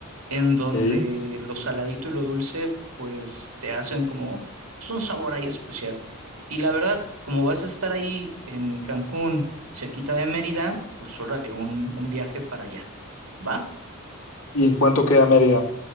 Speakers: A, on the right; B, on the left.
A: en donde
B: ¿sí?
A: lo saladito y lo dulce pues te hacen como pues, un sabor ahí especial. Y la verdad, como vas a estar ahí en Cancún, cerquita de Mérida, pues órale, un, un viaje para allá, ¿va?
B: ¿Y en cuánto queda Mérida?